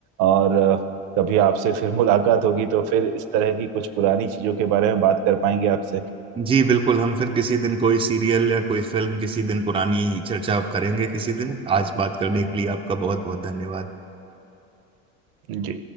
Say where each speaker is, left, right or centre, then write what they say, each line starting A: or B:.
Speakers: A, on the right; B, on the right.
A: और कभी आपसे फिर मुलाकात होगी तो फिर इस तरह की कुछ पुरानी चीजों के बारे में बात कर पाएंगे आपसे
B: जी बिल्कुल हम फिर किसी दिन कोई सीरियल या कोई फिल्म किसी दिन पुरानी चर्चा करेंगे किसी दिन आज बात करने के लिए आपका बहुत बहुत धन्यवाद
A: जी